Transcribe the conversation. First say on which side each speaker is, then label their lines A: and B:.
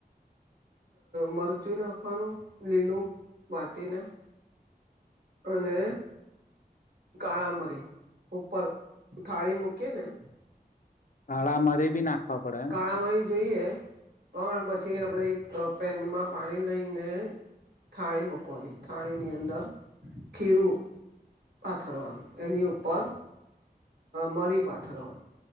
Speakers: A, on the right (about 80°); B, on the left (about 55°).
A: મરચું નાખવાનું લીલું વાટીના અને કાળા મરી ઉપર થાળી મૂકી ને
B: કાળા મરી બી નાખવા પડે એમ
A: કાળા મરી જોઈએ પણ પછી આપણે એક પેનમાં પાણી લઈને થાળી મૂકવાની થાળીની અંદર ખીરું પાથરવાનું એની ઉપર મરી પાથરવાની